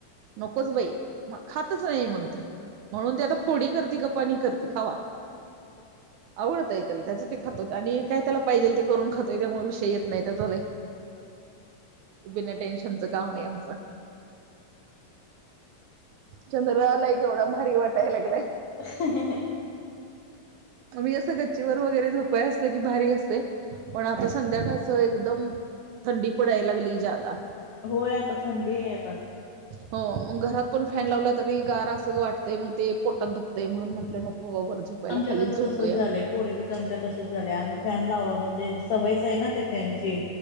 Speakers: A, on the right (about 80°); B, on the left (about 55°).
A: नकोच बाई म खातच नाही मग तो. म्हणून ते आता फोडी करती. गपवानी करती खावा. आवडतंय त्याला त्याचं ते खातो, आणि काय त्याला पाहिजेल ते करून खातोय त्यामुळे विषय येत नाही त्याचा लय.
B: हां.
A: बिना टेन्शनच काम आहे आमचं. चंद्र आलाय केवढा भारी वाटाय लागलाय.
B: <unintelligible>
A: मी असं गच्चीवर वगैरे झोपाय असलं की भारी असतयं, पण आता संध्याकाळच एकदम थंडी पडाय लागली ज्यादा.
B: होय, आता थंडी आहे आता.
A: हो मग घरात पण फॅन लावला तरी, गार अस वाटतंय मग ते पोटात दुखतंय म्हणून म्हटलं नको. व वर झोपायला
B: आमच्यात
A: खाली
B: आता
A: झोप
B: तसंच झालंय पोरगीचं आमच्या तसच झालंय, आम्ही फॅन लावाव म्हणजे सवयच आहे ना त्या फॅनची.